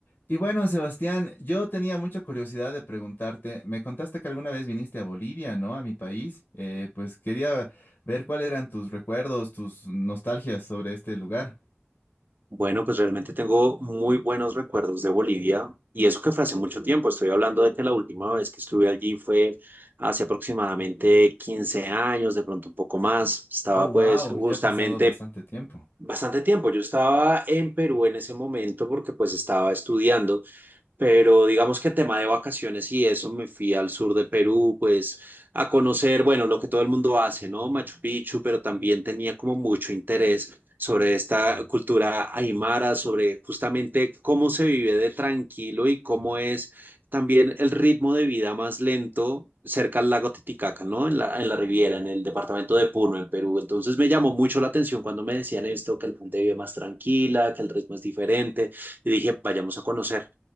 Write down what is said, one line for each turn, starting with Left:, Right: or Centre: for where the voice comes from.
Left: Y bueno, Sebastián, yo tenía mucha curiosidad de preguntarte, me contaste que alguna vez viniste a Bolivia, ¿no? A mi país. Eh, pues quería ver cuáles eran tus recuerdos, tus nostalgias sobre este lugar.
Right: Bueno, pues realmente tengo muy buenos recuerdos de Bolivia y eso que fue hace mucho tiempo. Estoy hablando de que la última vez que estuve allí fue hace aproximadamente 15 años, de pronto un poco más. Estaba
Left: Oh, wow,
Right: pues justamente
Left: ya ha pasado bastante tiempo.
Right: bastante tiempo. Yo estaba en Perú en ese momento porque pues estaba estudiando pero digamos que tema de vacaciones y eso, me fui al sur del Perú, pues a conocer, bueno, lo que todo el mundo hace, ¿no? Machu Picchu, pero también tenía como mucho interés sobre esta cultura aymara, sobre justamente cómo se vive de tranquilo y cómo es también el ritmo de vida más lento cerca al lago Titicaca, ¿no? En la, en la Riviera, en el departamento de Puno, en Perú. Entonces me llamó mucho la atención cuando me decían esto, que la gente vive más tranquila, que el ritmo es diferente, y dije, vayamos a conocer.